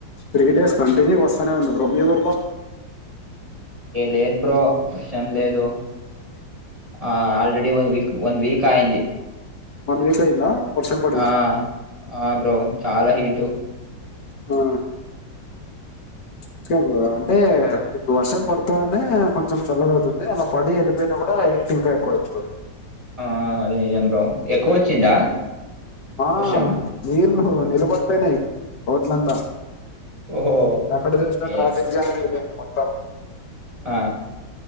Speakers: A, on the left (about 70°); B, on the right (about 20°).
A: త్రీ డేస్ కంటిన్యూ వస్తానే ఉంది బ్రో మీ ఊర్లో
B: లేదుబ్రో ఏం లేదు ఆ already one week one week అయింది.
A: వన్ వీక్ అయ్యిందా? వర్షం పడి
B: ఆ ఆ బ్రో చాలా హీటు
A: ఆ ఓకే బ్రో అంటే ఇప్పుడువర్షం పడితేనే కొంచెం చల్లగా అవుతుంది అలా పడి వెళ్ళిపోయినా కూడా హీట్ ఎక్కువ ఎక్కుతుంది.
B: ఆ అదే నిజం బ్రో ఎక్కువ వచ్చిందా
A: ఆ
B: వర్షం?
A: <unintelligible> ఓహో నిలబడిపోయినాయి రోడ్లంత
B: ఓహో!
A: ఎక్కడ చూసిన
B: ఓకే.
A: ట్రాఫిక్ జామ్ ఐపోంది. మొత్తం
B: ఆ